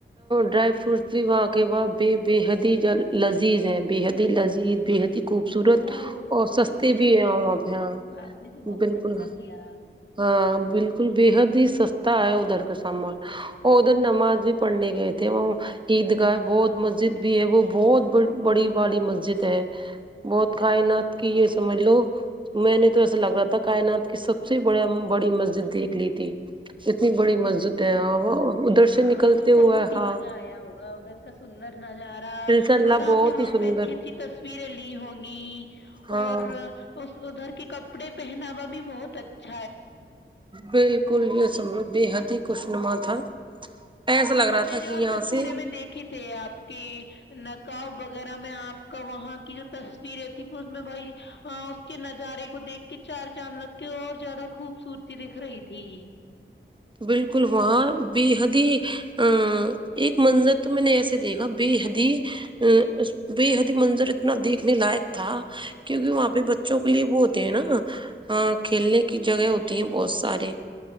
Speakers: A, on the right; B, on the left.
A: ڈرائی فروٹس بھی وا کے واہ بے بے حد ہی لذیذ ہے بے حد ہی لذیذ بے حد ہی خوبصورت
B: او
A: اور
B: بہت
A: سستے
B: خوب
A: بھی ہیں وہاں
B: بہت
A: پہ ہاں
B: خوب آپ نے تو بہت
A: بالکل
B: اچھا کیا
A: ہاں بالکل بے حد ہی سستا ہے ادھر کا سامان اور ادھر نماز بھی پڑھنے گئے تھے وہ عید کااہ ہے بہھ مسجد بھی ہے وہ بہت بڑی بڑی مسجد ہے بہت کائنات کی یہ سمجھ لو میں نے تو ایسا لگ رہا تھا کائنات کی س سب سے بڑیا بڑی مسجد دیکھ لی تھی اتنی بڑی مسجد
B: او
A: ہے ہاں ادھر
B: ہاں
A: سے نکلتے
B: آپ کو بہت
A: ہوا
B: ہی
A: ہاں
B: مزہ آیا ہوگا ادھر کا سندر نظارہ
A: انشاء اللہ
B: اور آپ
A: بہت
B: نے وہاں
A: ہی سندر
B: پہ اچھی اچھی تصویریں لی ہوں گی
A: ہاں
B: اور ادھر کے ک کپڑے پہناوا بھی بہت اچھا
A: بالکل یہ سمرھ بے حد ہی خوش نما تھا ایسا
B: ہاں
A: لگ رہا
B: میں
A: تھا
B: نے
A: کہ
B: اور
A: یہاں
B: تصویریں
A: سے
B: میں دیکھی تھے آپ کی نکااب وغیرہ میں آپ کا وہاں کی جو تصویریں تھی میں بھائی اس کے نظارے کو دیکھ کے چار چاند لگ کے اور زیادہ خوبصورتی دکھ رہی تھی
A: بالکل وہاں بے حدی ا ایک منظر تو میں نے ایسے دیکھا بے حدی ا بے حدی منظر اتنا دیکھنے لائق تھا کیونکہ وہاں پہ بچوں کے لیے وہ ہوتے ہیں نا کھیلنے کی جگہ ہوتی ہیں بہت سارے